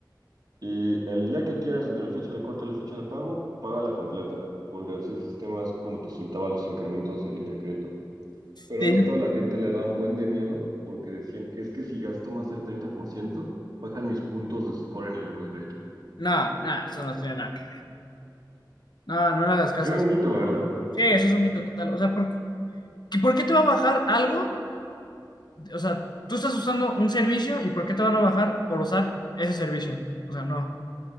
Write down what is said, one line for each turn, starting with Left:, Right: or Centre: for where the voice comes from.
Right: y el día que quieras entre la fecha de corte y la fecha de pago, págala completa, porque así el sistema es cuando te soltaba los incrementos de línea de crédito. Pero
Left: te digo,
Right: esto a la gente le da un buen de miedo porque decían, es que si gasto más del 30% bajan mis puntos de score en el buro de crédito.
Left: no, no, eso no tiene nada. que- No, no le hagas caso
Right: Era
Left: a
Right: un
Left: eso.
Right: mito, ¿verdad?
Left: Sí, eso es un mito total. O sea, ¿por qué, por qué te va a bajar algo? O sea, tú estás usando un servicio y ¿por qué te van a bajar por usar ese servicio? O sea, no.